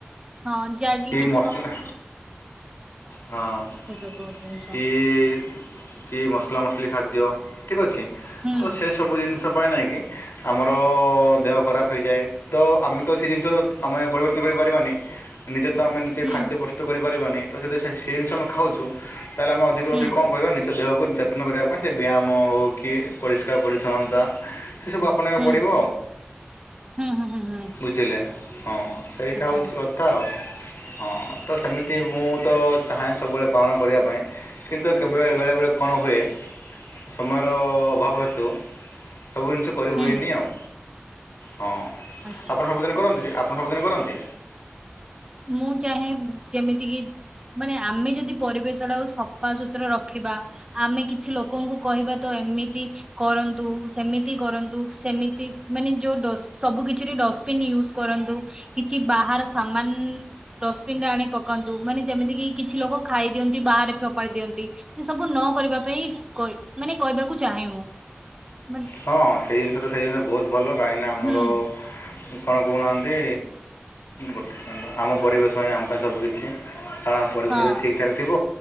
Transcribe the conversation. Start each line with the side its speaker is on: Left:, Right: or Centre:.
Right: ହଁ ଯାଗି କି
Left: ମସଲା ହଁ ଏ।
Right: ଏସବୁ ଜିନିଷ
Left: ଏ କି ମସଲା ମସିଲି ଖାଦ୍ୟ ଠିକ୍ ଅଛି।
Right: ହୁଁ
Left: ତ ସେସବୁ ଜିନିଷ ପାଇଁ ନାଇଁ କି ଆମର ଦେହ ଖରାପ ହେଇଯାଏ ତ ଆମେ ତ ସେ ଜିନିଷ ଆମେ ପରିବର୍ତ୍ତନ କରିପାରିବାନି। ନିଜେ ତ ଆମେ ନିଜେ
Right: ହୁଁ
Left: ଖାଦ୍ୟ ପ୍ରସ୍ତୁତ କରିପାରିବାନି ତ ଯଦି ସେ ସେ ଜିନିଷ ଆମେ ଖାଉଚୁ। ତାହେଲେ ଆମେ ଅଧିକ
Right: ହୁଁ
Left: ଅଧିକ କଣ କହିବା ନିଜ ଦେହକୁ ଯତ୍ ଯତ୍ନ କରିବା ପାଇଁ ସେ ବ୍ୟାୟାମ ହଉକି ପରିଷ୍କାର ପରିଚ୍ଛନ୍ନତା ସେ ସବୁ ଆପ୍ ଆପଣେଇବାକୁ
Right: ହୁଁ
Left: ପଡ଼ିବ।
Right: ହୁଁ ହୁଁ ହୁଁ
Left: ବୁଝିଲେ ହଁ ସେଇଟା
Right: ଆଚ୍ଛା
Left: ହେଉଛି କଥା। ଥାଉ। <inaudible> ହଁ ତ ସେମିତି ମୁଁ ତ ଚାହେଁ ସବୁବେଳେ ପାଳନ କରିବା ପାଇଁ କିନ୍ତୁ କେବେ ବେଳେ ବେଳେ କଣ ହୁଏ ସମୟର ଅଭାବ ହେତୁ ସବୁ ଜିନିଷ କରିହୁଏନି
Right: ହୁଁ
Left: ଆଉ ହଁ
Right: ଆଚ୍ଛା
Left: ଆପଣ ସବୁଦିନ କରନ୍ତି ସେଇ ଆପ୍ ଆପଣ ସବୁଦିନ କରନ୍ତି।
Right: ମୁଁ ଚାହେଁ ଯେମିତି କିି? ମାନେ ଆମେ ଯଦି ପରିବେଶଟାକୁ ସଫା ସୁତୁରା ରଖିବା ଆମେ କି? କିଛି ଲୋକଙ୍କୁ କହିବା ତ ଏମିତି କରନ୍ତୁ ସେମିତି କରନ୍ତୁ ସେମିତି ମାନେ ଯୋଉ ଡ଼ଷ୍ଟ ସବୁ କିଛିରେ ଡଷ୍ଟପିନ୍ ୟୁଜ୍ କରନ୍ତୁ କିଛି ବାହାର ସାମ୍ ଡଷ୍ଟବିନ ରେ ଆଣି ପକାନ୍ତୁ ମାନେ ଯେମିତି କିି କିଛି ଲୋକ ଖାଇ ଦିଅନ୍ତି ବାହାରେ ଫୋପାଡି ଦିଅନ୍ତି। ଏ ସବୁ ନ କରିବା ପାଇଁ କଇ ମାନେ କହିବାକୁ ଚାହେଁ ମୁଁ। ମାନେ
Left: ହଁ ସେଇ ଜିନିଷ ତ ସେଇ ଜିନିଷ ବହୁତ ଭଲ କାହିଁକିନା ଆମର
Right: ହୁଁ
Left: କଣ କହୁନାହାନ୍ତି ଗୋଟେ ଆମ ପରିବେଶ ଆମ ପାଇଁ ସବୁ କିିଛି। କାରଣ ଆମ ପରିବେଶ
Right: ହଁ
Left: ଯଦିଠିକ ଠାକ୍ ଥିବ